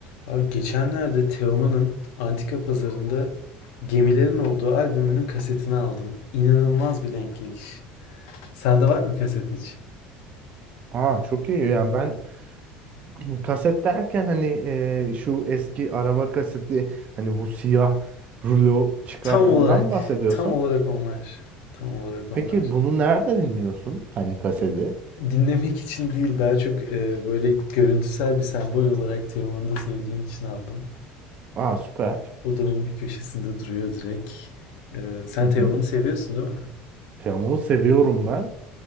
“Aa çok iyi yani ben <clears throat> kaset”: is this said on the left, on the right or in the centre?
Right